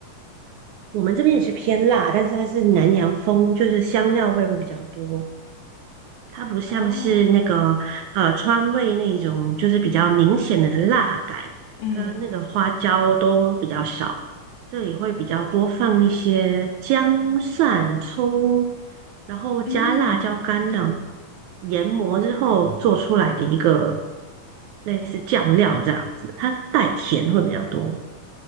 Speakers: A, on the right (about 80°); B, on the left (about 50°).
A: 我们这边也是偏辣，但是它是南洋风，就是香料味会比较多。它不像是那个呃川味那一种，
B: 哦，
A: 就是比较明显的辣感，
B: 嗯
A: 跟那个花椒都比较少。这里会比较多放一些姜、蒜、葱，然后加辣椒干这样
B: 嗯，
A: 研磨之后做出来的一个类似酱料这样子，它带甜会比较多。